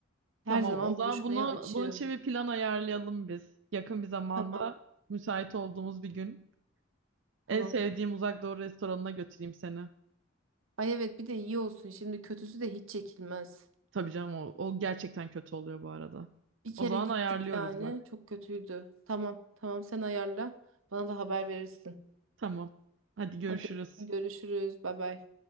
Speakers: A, on the right; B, on the right.
A: Her
B: Tamam
A: zaman
B: o zaman
A: buluşmaya
B: bunu
A: açığım.
B: bunun için bir plan ayarlayalım biz. Yakın bir zamanda
A: Tamam,
B: müsait olduğumuz bir gün.
A: tamam.
B: En sevdiğim Uzak Doğu restoranına götüreyim seni.
A: Ay evet bir de iyi olsun. Şimdi kötüsü de hiç çekilmez.
B: Tabii canım o, o gerçekten kötü oluyor bu arada.
A: Bir
B: O
A: kere
B: zaman
A: gittik
B: ayarlıyoruz
A: yani
B: bak.
A: çok kötüydü. Tamam, tamam sen ayarla. Bana da haber verirsin.
B: Tamam. Hadi görüşürüz.
A: Hadi öptüm, görüşürüz. Bay bay.